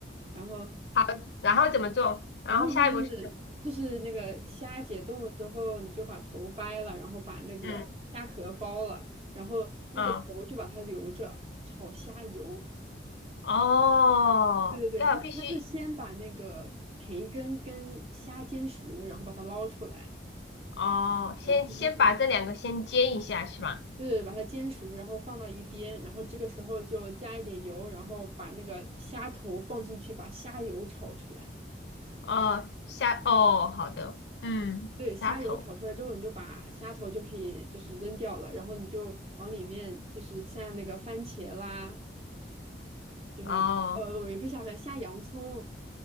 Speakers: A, on the right (about 35°); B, on the left (about 70°).
A: 然后
B: 好，然后怎么做？然后下一步是什么？
A: 然后就是就是那个虾解冻了之后，你就把头掰了，然后把那个虾壳剥了，
B: 嗯，
A: 然后那个头就把它留着炒虾油。
B: 哦哦，
A: 对对对，
B: 要必须
A: 他他是先把那个培根跟虾煎熟，然后把它捞出来，
B: 哦，先先把这两个先煎一下是吧？
A: 呃，第一步，对对，把它煎熟，然后放到一边，然后这个时候就加一点油，然后把那个虾头放进去，把虾油炒出来。
B: 哦，虾哦，好的，嗯，
A: 对，虾油炒出来之后，
B: 虾头
A: 你就把虾头就可以就是扔掉了，然后你就往里面就是像那个番茄啦，就是呃，
B: 哦，
A: 也不是虾番，虾洋葱，